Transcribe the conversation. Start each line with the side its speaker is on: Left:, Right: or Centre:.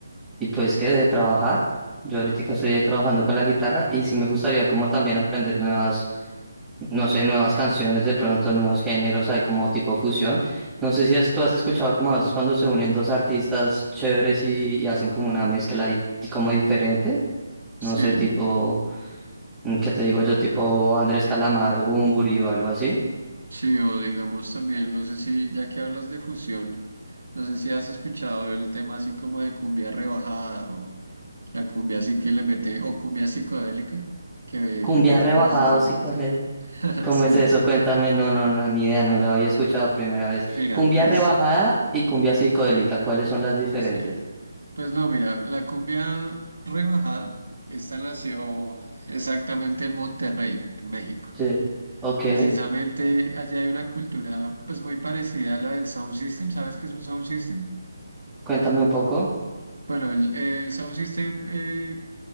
Centre: y pues que de trabajar. Yo ahorita estoy ahí trabajando con la guitarra y sí me gustaría como también aprender nuevas, no sé, nuevas canciones, de pronto nuevos géneros, ahí como tipo fusión. No sé si has- tú has escuchado como a veces cuando se unen dos artistas chéveres y, y hacen como una mezcla ahí como diferente, no
Right: Sí.
Centre: sé, tipo... Mm, ¿Qué te digo yo? Tipo Andrés Calamaro, Bunbury o algo así.
Right: Sí, o digamos también, no sé si, ya que hablas de fusión, no sé si has escuchado el tema así como de cumbia rebajada o la cumbia así que le mete, o cumbia psicodélica que le
Centre: Cumbia
Right: meten
Centre: rebajado,
Right: precisamente.
Centre: psicológico.
Right: <laughs>
Centre: ¿Cómo
Right: Sí,
Centre: es eso? Cuéntame. No, no, no, ni idea, no la había escuchado primera vez.
Right: mira,
Centre: Cumbia
Right: pues,
Centre: rebajada y cumbia psicodélica, ¿cuáles son las diferencias?
Right: sí. Pues no, mira, la cumbia rebajada, esta nació exactamente en Monterrey, en México.
Centre: Sí. Ok,
Right: Precisamente allá hay una cultura pues muy parecida a la del sound system. ¿Sabes qué es un sound system?
Centre: cuéntame un poco.
Right: Bueno, el, el Sound System, eh,